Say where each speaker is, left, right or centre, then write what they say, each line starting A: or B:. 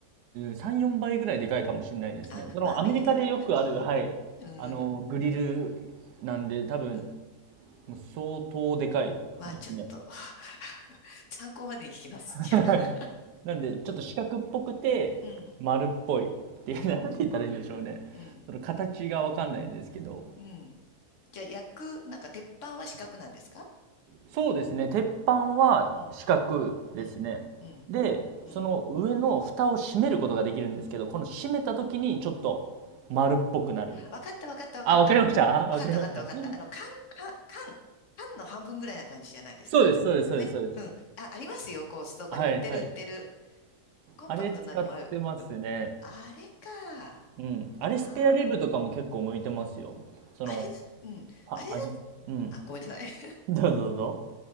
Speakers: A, on the right; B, on the left.
A: 3、4倍ぐらいでかいかもしれないですね。
B: あ、
A: そのアメリカでよくある、
B: まあアメリカだからね。
A: はい、
B: うん、
A: あの、グリルなんで、多分、
B: うん。
A: もう相当でかいですね。
B: まあちょっと
A: <laughs>
B: <laughs> 参考までに聞きます。
A: はい
B: じゃあ。
A: なんで、ちょっと四角っぽくて、
B: うん、
A: 丸っぽいっていう、
B: うーん、
A: <laughs> なんて言ったらいいんでしょうね。
B: うん、
A: その形がわかんないんですけど。
B: うん。じゃあ焼く、なんか鉄板は四角なんですか
A: そうですね、鉄板は四角ですね。
B: うん、うん、うん、
A: で、
B: うん。
A: その上の蓋を閉めることができるんですけど、この閉めた時にちょっと丸っぽくなる。
B: わかったわかったわかった。
A: あ、わかりましたあわかりました。
B: わかったわかったわかった。
A: <laughs>
B: あの、缶、缶、缶、缶の半分ぐらいな感じじゃないですかね。
A: そうです、そうです、そうです、そうです。
B: うん。あ、ありますよ。こう、ストコに売ってる売ってる。
A: はい、はい。
B: コンパクトなのは、
A: あれ使ってますね。
B: うあれか。あ
A: うん。あれスペアリブとかも結構向いてますよ。
B: あ、
A: その、
B: あれだ、うん。
A: あ味、
B: あれだ、
A: うん。
B: あ、ごめんなさい。<laughs>
A: <laughs> どうぞどうぞ。